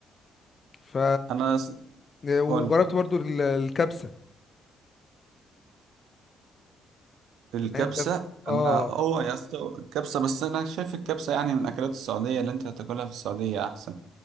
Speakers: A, on the left; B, on the right.
A: ف
B: أنا س-
A: وجربت
B: قول
A: برضو ال- الكبسه
B: الكبسة
A: يعني انت اه
B: أنا اه يا اسطى الكبسة بس أنا شايف الكبسة يعني من أكلات السعودية اللي أنت هتاكلها في السعودية أحسن